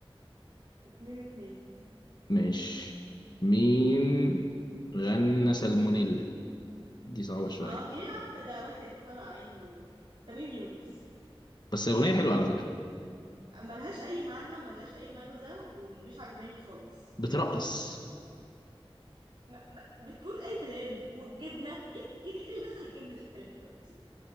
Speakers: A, on the right (about 60°); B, on the left (about 50°).
A: اتنين اتنين
B: ماشي مين غنى سالمونيلا دي صعبة شوية
A: اه دي يا عم ده واحد طلع عينه تميم يونس
B: بس أغنية حلوة على فكرة
A: ملهاش اي معنى وملهاش اي مغزى ومش عجباني خالص
B: بترقص
A: ما ما بتقول اي كلام والجبنه ايه الج... ايه اللي دخل الجبنه في الكلام دلوقتي